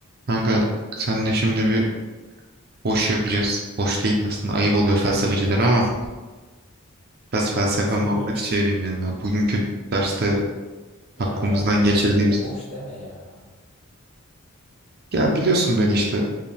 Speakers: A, on the right; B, on the left.
A: Kanka senle şimdi bir boş yapacağız. Boş değil aslında ayıp oluyor felsefeciler
B: Boş mu yapacağız?
A: ama biraz felsefe
B: Felsefe
A: muhabbeti
B: mi yapacağız?
A: çevireyim dedim ya. Bugünkü derste aklımızdan
B: Ya kanka felsefeye
A: geçirdiğimiz...
B: de boş deme ya.
A: Ya biliyorsun ben işte